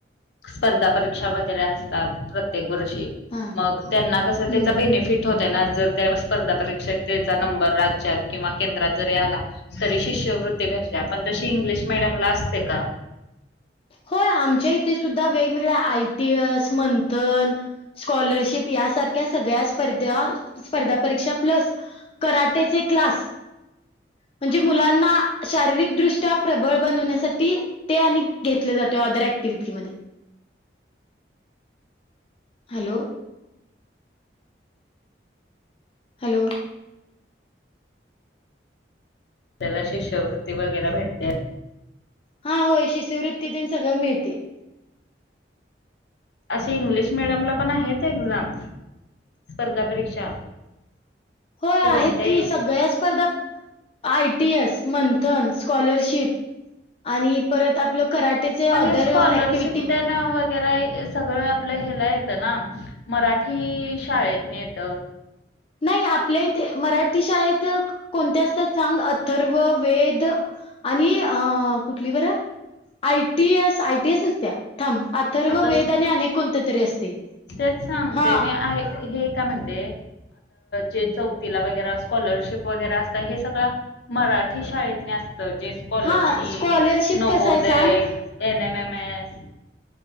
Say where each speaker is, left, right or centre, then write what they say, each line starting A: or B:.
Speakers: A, on the left; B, on the left.
A: स्पर्धा परीक्षा वगैरे असतात प्रत्येक वर्षी
B: हा
A: मग त्यांना कसं
B: हम्म
A: त्याचा बेनिफिट होत ना जर त्या स्पर्धा परीक्षेत त्याचा नंबर राज्यात किंवा केंद्रात जरी आला. तरी शिष्यवृत्ती भेटल्या पण तशी इंग्लिश मिीडियमला असते का?
B: हो आमच्या इथे सुद्धा वेगवेगळ्या आयटी एस मंथन स्कॉलरशिप यासारख्या सगळ्या स्पर्धा स्पर्धा परीक्षा प्लस. कराटेचे क्लास. म्हणजे मुलांना शारीरिकदृष्ट्या प्रबळ बनवण्यासाठी ते आणि घेतलं जातं अदर ऍक्टिव्हटीमध्येध्ये हॅलो. हॅलो!
A: त्याला शिष्यवृत्ती वगैरे भेटते.
B: हा होय शिष्यवृत्ती दिन सगळं मिळते.
A: अशी इंग्लिश मिीडियम ला पण आहे एक्झाम. स्पर्धा परीक्षा.
B: हो आहेत
A: कोणते
B: की सगळ्या स्पर्धा आयटी एस मंथन्स. स्कॉलरशिप आणि परत आपलं कराटेचे
A: पण
B: अदर
A: हे स्कॉलरशिप
B: ऍक्टिव्हटी.
A: त्यान वगैरे सगळं आपलं ह्याला येतं ना. मराठी शाळेत येत.
B: नाही आपल्या इथे मराठी शाळेत कोणत्या असतात. सांग अथर्व वेद आणि अ कुठलीवरर. आयटीएस आयटीएस नसत्या थांब अथर्व
A: आता
B: वेदने अनेक कोणते्या तरी असते.
A: तेच सांगते
B: हा
A: मी आ हे. मी काय म्हणते ते चौथीला वगैरे कॉलरशिप ला असतात. हे सगळं मराठी शाळेत असत जे स्कॉलरशिप
B: हा स्कॉलरशिप
A: नगोदय
B: कसं आहे सांग
A: एन एम एम एस.